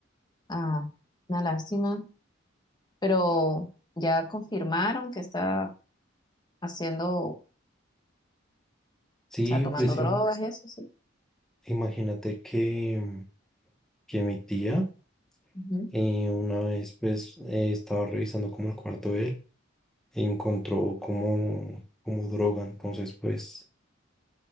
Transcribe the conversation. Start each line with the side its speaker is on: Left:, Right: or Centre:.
Left: Ah, una lástima, pero ya confirmaron que está haciendo, o
Centre: Sí,
Left: sea, tomando
Centre: pues
Left: Sí.
Centre: im-
Left: drogas y eso, sí.
Centre: imagínate que, mm, que mi tía
Left: Ujú.
Centre: eh, una vez pues eh, estaba revisando como el cuarto de él e encontró como, como droga, entonces pues